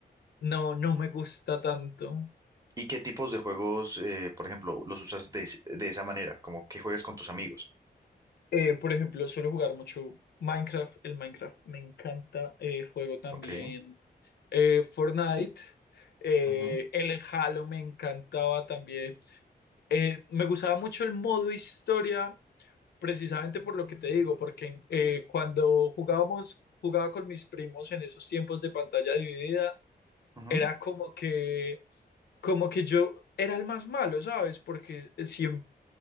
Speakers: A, on the left; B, on the right.
A: no, no me gusta tanto.
B: ¿Y qué tipos de juegos, eh, por ejemplo, los usas de, es- de esa manera? Como que juegas con tus amigos.
A: Eh, por ejemplo, suelo jugar mucho Minecraft. El Minecraft me encanta. Eh, juego también
B: Ok.
A: eh, Fortnite. Eh,
B: ujú,
A: el Halo me encantaba también. Eh, me gustaba mucho el modo historia, precisamente por lo que te digo, porque eh, cuando jugábamos, jugaba con mis primos en esos tiempos de pantalla dividida,
B: ujú,
A: era como que, como que yo era el más malo, ¿sabes? Porque siempre